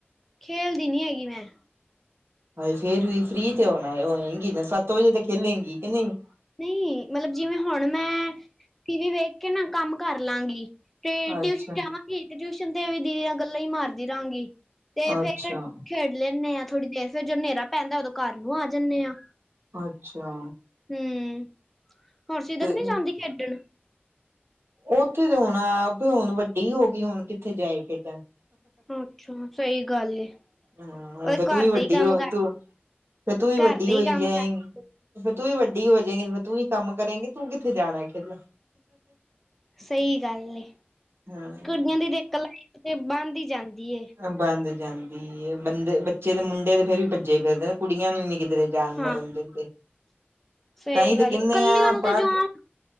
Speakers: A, in the centre; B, on the right.
A: ਖੇਲਦੀ ਨੀ ਹੈਗੀ ਮੈਂ।
B: ਹਾਏ ਫੇਰ ਵੀ ਫ੍ਰਰੀ ਤੇ ਹੁਣ ਹੋਏਗੀ ਨਾ ਸੱਤ ਵਜੇ ਤੇ ਖੇਲੇਗੀ ਕਿ ਨਈ?
A: ਫਰੀ ਮਤਲਬ ਜਿਵੇਂ ਹੁਣ ਮੈਂ ਟੀ ਵੀ ਵੇਖ ਕੇ ਨਾ ਕੰਮ ਕਰ ਲਾਂਗੀ, ਤੇ
B: ਅੱਛਾ
A: ਟਿਊਸ਼ਨ ਜਾਵਾਂ ਤੇ ਟਿਊਸ਼ਨ ਤੇ ਵੀ ਦੀਦੀ ਨਾਲ ਗੱਲਾਂ ਈ ਮਾਰਦੀ ਰਹਾਂਗੀ ਤੇ
B: ਅੱਛਾ
A: ਫੇਰ ਖੇਡ ਲੈਂਨੇ ਆਂ ਥੋੜੀ ਦੇਰ ਫੇਰ ਜਦੋਂ ਨੇਰਾ ਪੈਂਦਾ ਉਦੋਂ ਘਰ ਨੂੰ ਆ ਜਾਂਦੇ ਆਂ।
B: ਅੱਛਾ।
A: ਹੂੰ, ਹੋਰ ਸਿਦਕ
B: ਤੇ
A: ਨੀਂ ਜਾਂਦੀ ਖੇਡਣ?
B: ਉੱਥੇ ਤੇ ਹੁਣ ਆ ਉਹ ਤੇ ਹੁਣ ਵੱਡੀ ਹੋ ਗਈ ਹੁਣ ਕਿੱਥੇ ਜਾਏ ਖੇਡਣ।
A: ਅੱਛਾ ਸਹੀ ਗੱਲ ਏ।
B: ਹੂੰ, ਹੁਣ
A: ਉਹ
B: ਤੇ ਤੂੰ
A: ਘਰ
B: ਵੀ ਵੱਡੀ
A: ਦੇ ਹੀ ਕੰਮ
B: ਹੋ,
A: ਕਰ
B: ਤੂੰ ਫੇਰ ਤੂੰ ਵੀ ਵੱਡੀ
A: ਘਰ ਦੇ
B: ਹੋਈ
A: ਹੀ ਕੰਮ
B: ਜਾਏਗੀ।
A: ਕਰ
B: ਅ ਫ਼ੇਰ ਤੂੰ ਵੀ ਵੱਡੀ ਹੋ ਜਾਏਗੀ, ਤੂੰ ਵੀ ਕੰਮ ਕਰੇਗੀ, ਤੂੰ ਕਿੱਥੇ ਜਾਣਾ ਖੇਲਣ।
A: ਸਹੀ ਗੱਲ ਏ,
B: ਹਾਂ
A: ਕੁੜੀਆਂ ਦੀ ਇੱਕ ਲਾਈਫ਼ ਤੇ ਬੰਦ ਈ ਜਾਂਦੀ ਏ
B: ਬੰਦ ਜਾਂਦੀ ਐ ਬੰਦੇ, ਬੱਚੇ ਦੇ ਮੁੰਡੇ ਤੇ ਫੇਰ ਵੀ ਭੱਜੇ ਫਿਰਦੇ ਕੁੜੀਆਂ ਨੂੰ ਈ ਨੀ ਕਿਧਰੇ ਜਾਣ
A: ਹਾਂ
B: ਮਰਨ ਦਿੰਦੇ,
A: ਸਹੀ
B: ਤਾਂਈ ਤੇ
A: ਗੱਲ
B: ਕਹਿਣੇ
A: ਏ। ਕੱਲੀਆਂ
B: ਆ
A: ਨੂੰ
B: ਪੜ੍ਹ
A: ਤੇ ਜਾਣ